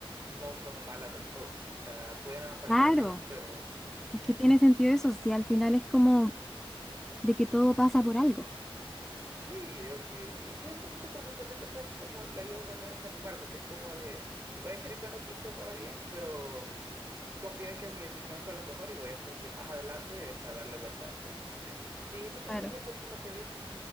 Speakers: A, on the right; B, in the centre.
A: no son malas del todo. O sea, pueden aparentar
B: Claro,
A: malas, pero... ujú.
B: es que tiene sentido eso, si al final es como de que todo pasa por algo.
A: Sí, ok. Y, y es bonito porque al final de cuentas es como le ayuda a uno a no desanimarse, que es como de, puede que ahorita no pinte para bien, pero Confío en que mi decisión fue la mejor y voy a hacer que más adelante es a darle vuelta a esta situación. ¿Y tú qué
B: Claro.
A: película fue la última que viste?